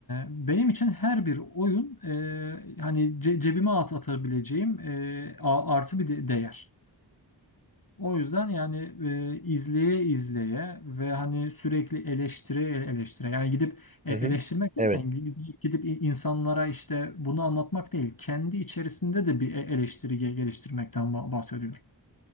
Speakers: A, on the left; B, on the right.
A: benim için her bir oyun e, hani ce- cebime at atabileceğim e, a- artı bir de değer. O yüzden yani e, izleye izleye ve hani sürekli eleştire eleştire yani gidip e,
B: Hı
A: eleştirmek
B: hı.
A: derken
B: Evet.
A: gi- gidip insanlara işte bunu anlatmak değil kendi içerisinde de bir e- eleştiri ge- geliştirmekten ba- bahsediyorum.